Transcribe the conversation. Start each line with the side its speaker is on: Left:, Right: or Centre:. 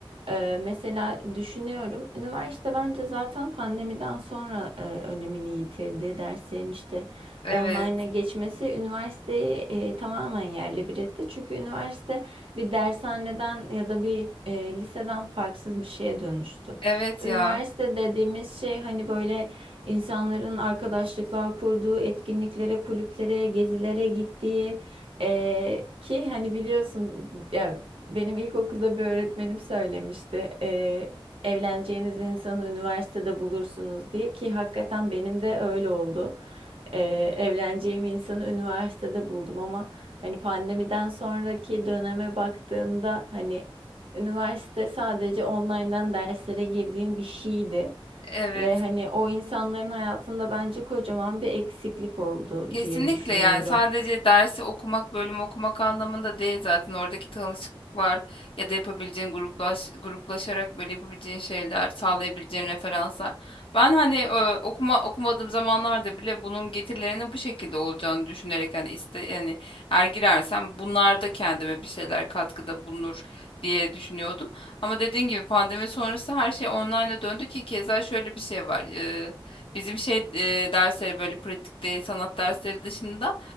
Right: E, mesela düşünüyorum üniversite bence zaten pandemiden sonra e, önemini yitirdi. Derslerin işte
Left: Evet.
Right: online'a geçmesi üniversiteyi e, tamamen yerle bir etti. Çünkü üniversite bir dershaneden ya da bir e, liseden farksız bir şeye dönüştü.
Left: Evet
Right: Üniversite
Left: ya.
Right: dediğimiz şey hani böyle insanların arkadaşlıklar kurduğu, etkinliklere, kulüplere, gezilere gittiği e, ki hani biliyorsun yani benim ilkokulda bir öğretmenim söylemişti. E, evleneceğiniz insanı üniversitede bulursunuz diye ki hakikaten benim de öyle oldu e, evleneceğim insanı üniversitede buldum ama hani pandemiden sonraki döneme baktığında hani üniversite sadece online'dan derslere girdiğin bir şeydi.
Left: Evet.
Right: Ve hani o insanların hayatında bence kocaman bir eksiklik oldu
Left: Kesinlikle
Right: diye düşünüyorum.
Left: yani sadece dersi okumak, bölüm okumak anlamında değil zaten oradaki tanışıklıklar ya da yapabileceğin gruplaş, gruplaşarak böyle yapabileceğin şeyler, sağlayabileceğin referanslar. Ben hani e, okuma okumadığım zamanlarda bile bunun getirilerinin bu şekilde olacağını düşünerek hani iste yani eğer girersem bunlar da kendime bir şeyler katkıda bulunur diye düşünüyordum. Ama dediğin gibi pandemi sonrası her şey online'a döndü ki keza şöyle bir şey var. Bizim şey e, dersleri böyle pratikte sanat dersleri dışında